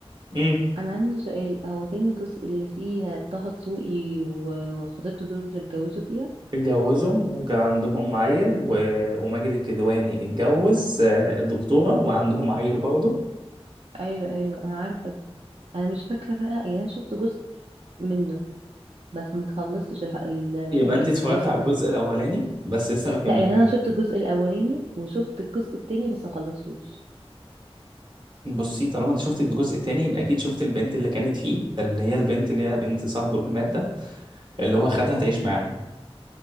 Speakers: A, on the right (about 45°); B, on the right (about 70°).
A: امم
B: انا عندي سؤال هو تاني جزء اللي فيها طه دسوقي وخطيبته دول اللي اتجوزوا فيها
A: اتجوزوا وجا عندهم عيل و... وماجد الكدواني اتجوز آه، الدكتورة وعندهم عيل برضه
B: ايوه ايوه انا عارفه ده. انا مش فاكره بقى يعني انا شفت جزء منه بس ما خلصتش الح- ال-
A: يبقى انت اتفرجت
B: الجزء
A: على
B: ده
A: الجزء الاولاني بس لسه ما كملت
B: لا يعني انا شفت الجزء الاولاني وشفت الجزء التاني بس ما خلصتوش
A: بصي طالما انت شفت الجزء التاني يبقى اكيد شفت البنت اللي كانت فيه اللي هي البنت اللي هي بنت صاحبه اللي مات ده اللي هو خدها تعيش معاهم